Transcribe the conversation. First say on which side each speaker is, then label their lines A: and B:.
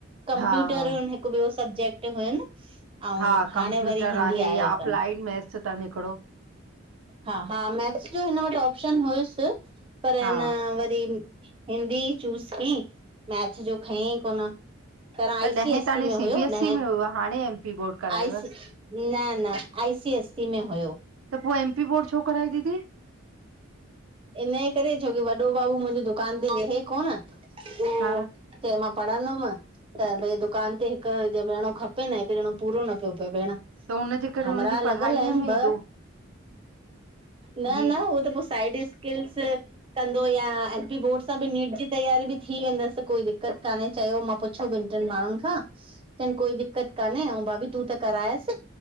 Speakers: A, on the right; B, on the right.
A: कंप्यूटर,
B: हा, हा,
A: हिकु ॿियो सबजेक्ट हुयनि। ऐं,
B: हा, कंप्यूटर
A: हाणे वरी हिंदी
B: आहे
A: आहियो
B: या
A: अथन।
B: अप्लाइड मैथ्स अथनि हिकिड़ो,
A: हा -हा मैथ्स जो हिन वटि ऑप्शन हुयुस, पर हिन
B: हा,
A: वरी -- हिंदी चूस कयईं, मैथ जो खयईं कोन। त आई
B: ॾहें
A: सी एस
B: ताणी
A: सी में हुयो
B: सीबीएसई
A: न।
B: में हाणे M P board. करायवसि,
A: I C, न -न, आई सी एस सी में हुयो।
B: त पोइ, एमपी बोर्ड छो कराई दीदी?
A: इनजे करे-छोकी, वॾो बाबू मुंहिंजे दुकान ते वेहे कोन, पो
B: हा,
A: चय मां, पढ़ंदोम। त भई दुकान ते हिकु ॼणो खपे न, हिकु ॼणो पूरो न पियो पए भेण।
B: त हुनजे करे
A: हमरा
B: हुनजी पढ़ाईअ
A: लॻलि आहिन
B: में
A: ॿ।
B: एॾो
A: न
B: जी
A: -न उहो त पोइ साइड। स्किल्स कंदो या एमपी बोर्ड सां बि, नीट जी तयारी बि थी वेंदस। कोई दिकक़त कान्हे, चयो मां पुछो, ॿिनि टिनि माण्हुनि खां। चनि, कोई दिकत कान्हे ऐंऊ, भाभी तूं त करायस।